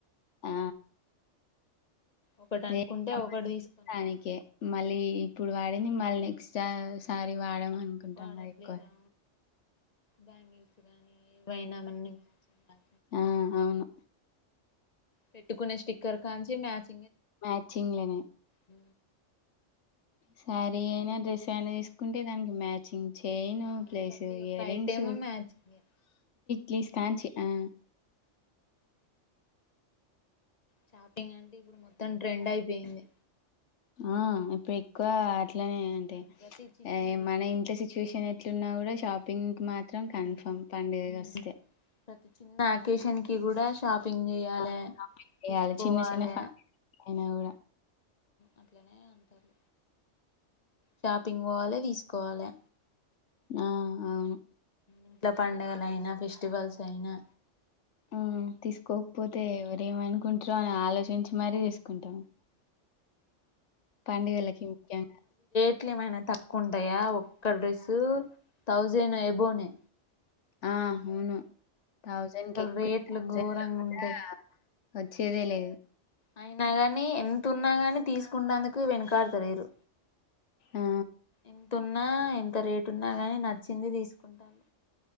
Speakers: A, on the left; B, on the left.
A: ఆ
B: ఒకటి
A: దే
B: అనుకుంటే
A: మడాానికిే
B: ఒకటి తీసుకొని వస్తాం
A: మళ్ళీ ఇప్పుడు వాడింది మిమ్మల్ని నెక్స్ట్ సారి వాడమ అనుకుంటాం
B: వాడట్లేరా
A: కదా ఎక్కువ
B: బ్యాంగిల్స్ గాని ఏవైనావన్న మ
A: ఆ అవును
B: పెట్టుకునే స్టిక్కర్ కాంచి మ్యాచ్
A: మ్యాచ్ింగ్నే
B: అ
A: శారీ అయినా డ్రెస్ అయినా తీసుకుంటే దానికి మ్యాచింగ్ చైను
B: ఆ,
A: ప్లేస్
B: ప్రతి
A: ఇయర్
B: ఒక్క
A: రింగ్స్
B: ఐటెము మ్యాచింగే
A: క్లీస్ కాంచి ఆ
B: షాపింగ్ అంటే ఇప్పుడు మొత్తం ట్రెండ్ అయిపోయింది
A: ఆ ఇప్పుడు ఎక్కువ అ అట్లానే అంటే
B: ప్రతి చిన్న విషయాన్ని
A: మన ఇంట్లో సిచ్యువేషన్ ఎట్లున్నా కూడా షాపింగ్ మాత్రం కన్ఫామ్
B: అవును
A: పండుగకి
B: ఉమ్,
A: వస్తే
B: ప్రతి చిన్న ఆకేషన్ కి కూడా షాప్ పింగ్ చేయాలి
A: ఆ షాపింగ్ చేయాలి
B: తీసుకోవాలి
A: చిన్న చిన్న ఫంక్షన్ అయినా కూడా
B: అట్లనే అంటారు షాపింగ్ పోవాలి తీసుకోవాలి
A: ఆ అవును
B: ఇంట్లా పడుగల అయినా ఫెస్టివల్స్ అయినా
A: ఆ తీసుకోకపోతే ఎవరేమనుకుంటారో అని ఆలోచించి మరీ తీసుకో కుంటాము పండుగలకి ముఖ్యంగా
B: ఎట్లు ఏమైనా తక్కువ ఉంటాయా ఒక్క డ్రెస్ థౌజండ్ అయబోనే
A: ఆ అవును థౌజండ్
B: అసలు
A: క ఎక్కువే
B: రేట్లు
A: థౌజండ్
B: ఘోరంగా
A: లో కూడా
B: ఉంటాయి
A: వచ్చేదే లేదు
B: అయినా ని ఎంంత ఉన్నాగాని తీసుకున్నందుకు వెనుకాడుతలేరు
A: ఆ
B: ఎంతున్నా ఎంత రేటు ఉన్నా కాని నచ్చింది తీసుకుంటాను